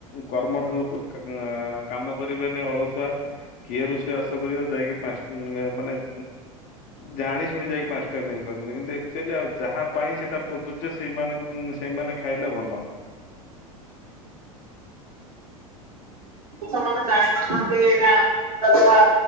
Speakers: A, on the left (about 45°); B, on the right (about 80°).
A: କର୍ମଠ ଲୋକ କାମ କରିବେନି ଅଳସୁଆ କିଏ ରୋଷେଇ ବାଷ କରିବ ଯାଇକି ମାନେ ଜାଣି ଶୁଣି ଯାଇକି ପାଞ୍ଚ ଟଙ୍କିଆ ମିଲ ଖାଉଛନ୍ତି କିନ୍ତୁ ଆକୁଚେଲି ଆଉ ଯାହା ପାଇଁ ସେଇଟା ପ୍ରଯୁଜ୍ୟ ସେ ସେଇମାନେ ଖାଇଲେ ଭଲ।
B: ସେମାନେ ଜାଣିପାରୁନାହାନ୍ତି ନା ଆମ ଯାହା